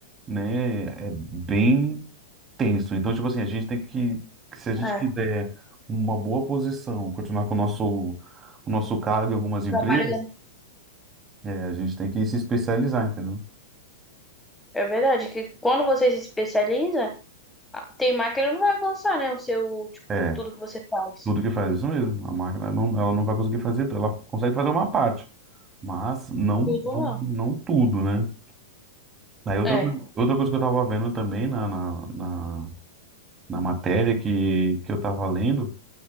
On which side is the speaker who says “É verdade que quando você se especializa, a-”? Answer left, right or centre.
Centre